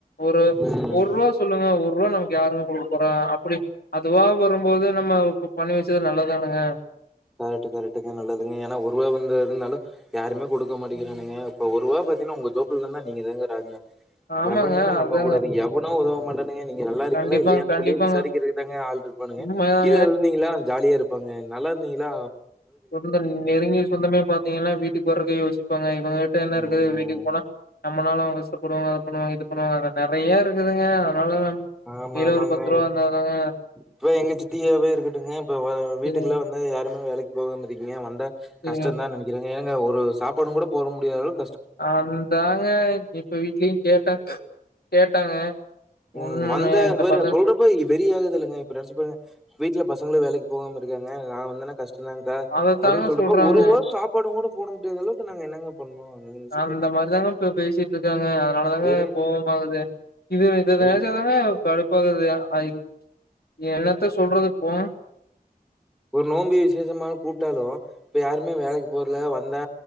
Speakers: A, on the left (about 85°); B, in the centre.
A: ஒரு
B: ம்.
A: ஒருவா சொல்லுங்க ஒருவா நமக்கு யாரும் கொடுக்க போறா அப்டி அதுவா வரும்போது நம்ம இப்ப பண்ணி வச்சது நல்லதுதானுங்க
B: கரெக்ட் கரெக்டுங்க நல்லதுங்க ஏன்னா ஒருவ வந்து இப்ப எதுனாலு யாருமே குடுக்க மாட்டங்கிறானங்க இப்ப ஒருவா பாத்தீன்னா உங்க தோப்புளனா நீங்க தாங்க ராஜா
A: ஆமாங்க.
B: எவனையுமே நம்ப
A: அதுதாங்க.
B: கூடாது எவனோ உதவ இல்லைங்க நீங்க நல்லா இருக்கீங்களா
A: கண்டிப்பாங்க,
B: இல்லியா
A: கண்டிப்பாங்க.
B: சொல்லி விசாரிக்கதுதா ஆள் இருப்பானுங்க
A: உண்மைதாங்க.
B: கீழே விழுந்தீங்களா ஜாலியா இருப்பாங்க நல்லா இதா
A: சொந்த நெருங்கிய சொந்தமே பாத்தீங்கன்னா வீட்டுக்கு வரக்கே யோசி ப்பாங்க இவங்க கிட்ட என்ன
B: ம்.
A: இருக்குது வீட்டுக்கு போனா நம்மளாலு அவங்க கஷ்ட போடுவாங்க அதது பண்ணுவாங்க இது பண்ணுவாங்க நெறைய இருக்குதுங்க அதனால நம்ம
B: ஆமாமாங்க
A: கைல ஒரு பத்து ரூபா இருந்தாதாங்க
B: இப்ப எங்க சித்தியாவே இருக்கட்டுங்க இப்ப வீட்டுக்குல்லா
A: சரிங்க
B: வந்தா யாருமே வேலைக்கு போகும்ங்றிங்க வந்தா
A: சரிங்க
B: கஷ்டம் தா நினைக்கிறேங்க ஏங்க ஒரு சாப்பாடு கூட போட முடியாதளவு
A: அந்தாங்க இப்ப வீட்லயு கே டாக் கேட்டாங்க
B: ம்
A: ஒண்ணு
B: வந்த
A: இந்த
B: விருங்க
A: மாரிதா
B: சொல்றப்ப வெறிய ஆகுது இல்லங்க இப்ப நெனச்பார்ங்க வீட்டுல பஸ் மத்தவங்களு வேலைக்கு போகாம இருக்காங்க நா வந்தானா கஷ் சொல்லுங்க
A: அதத்தாங்க
B: அப்டின்னு சொல்றப்ப
A: சொல்றாங்க
B: ஒரு வாய் சாப்பாடு கூட போட முடியாத அளவுக்கு நாங்க என்னங்க பண்ணோ நீங்க நெனச்சு
A: அந்த
B: பாருங்க
A: மாதிரிதாங்க இப்ப பேசிட்டு இருக்காங்க அதனால தாங்க
B: பேசி
A: கோவம் ஆகுது இப் இத நெனச்சாதாங்க
B: இது
A: கடுப்பாகுது அ என்னத்த சொல்றது போங்
B: ஒரு நோம்பி விசேஷமா கூப்ட்டாலு இப்ப யாருமே வேலைக்கு போறல வந்தா